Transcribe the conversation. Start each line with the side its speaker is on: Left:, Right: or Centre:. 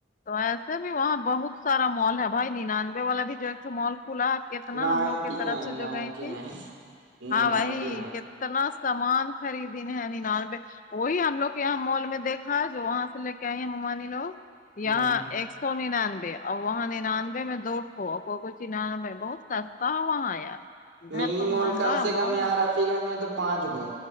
Left: تو ایسے بھی وہاں بہت سارا مال ہے بھائی ننانوے والا بھی جو ایکٹو مال کھلا ہے کتنا
Right: نائنٹی
Left: ہم لوگ کی طرف
Right: نائن
Left: سے
Right: نائنٹی
Left: جو گئی تھی
Right: نائن
Left: ہاں
Right: نائنٹی
Left: بائی
Right: نائن
Left: اتنا سمان خریدینے ہے ن نالب وہی ہم لوگ یہاں مال میں دیکھا ہے جو وہاں سے لے کے کیا ہیں ممانی لوگ یہاں
Right: ہ
Left: ایک سو ننانوے اور وہاں ننانوے میں دوٹھو کچنانوے بہت سستا ہے وہاں یار ادھر
Right: منی
Left: تو
Right: مال
Left: مہنگا
Right: کم سے
Left: مال
Right: کم یہاں
Left: ہے
Right: رافی گنج میں تو پانچ گو